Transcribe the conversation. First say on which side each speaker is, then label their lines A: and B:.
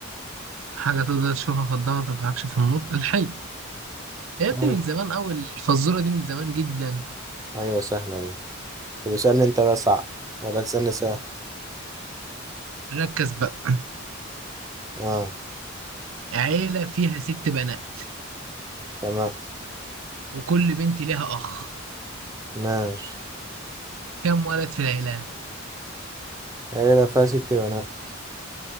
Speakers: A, on the right (about 75°); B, on the right (about 15°).
A: حاجة تقدر تشوفها في الضلمة ما تنفعكش في النور الحلم يا ابني
B: أوه.
A: من زمان أوي الفزورة دي من زمان جدا
B: أيوة سهلة دي طب اسألني أنت بقى صعب ولا تسألني سهل
A: ركز بقى
B: أه
A: عيلة فيها ست بنات
B: تمام
A: وكل بنت ليها أخ
B: ماشي
A: كم ولد في العيلة؟
B: عيلة فيها ست بنات